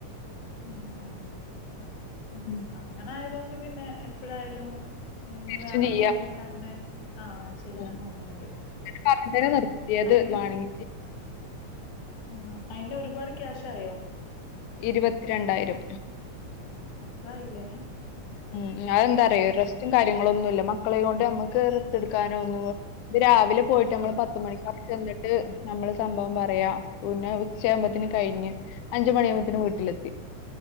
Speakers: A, on the left; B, on the left.
A: ആഹ് ആഹ്
B: ഉം
A: അങ്ങനെ ആയതൊണ്ട് പിന്നെ എപ്പഴായാലും ഇനി
B: തിരിച്ചും
A: വേണംന്നുണ്ടെങ്കിൽ
B: ചെയ്യാ
A: അങ്ങനെ ആഹ് ചെയ്യാൻ
B: ഉം
A: തോന്നുന്നുണ്ട്
B: കറണ്ടിനെ നിർത്തിയത്
A: അയിന്
B: വാണെങ്കി
A: ആഹ് അയിന് ഒരുപാട് ക്യാഷയോ
B: ഇരുപത്തിരണ്ടായിരം
A: അത്രയില്ലേ
B: ഉം അതെന്താറോ റസ്റ്റും കാര്യങ്ങളും ഒന്നു ഇല്ല മക്കളെ കൊണ്ട് നമ്മുക്ക് റെസ്റ്റ് എടുക്കാനോ ഒന്നും ഇത് രാവിലെ പോയിട്ട് നമ്മൾ
A: ആഹ്
B: പത്ത
A: ആഹ്
B: മണിക്കാർ ചെന്നിട്ട് നമ്മള് സംഭവം പറയാ പിന്നെ ഉച്ചയാമ്പത്തന്
A: ഉം
B: കഴിഞ്ഞ് അഞ്ച മണിയുമ്പേന് വീട്ടിലെത്തി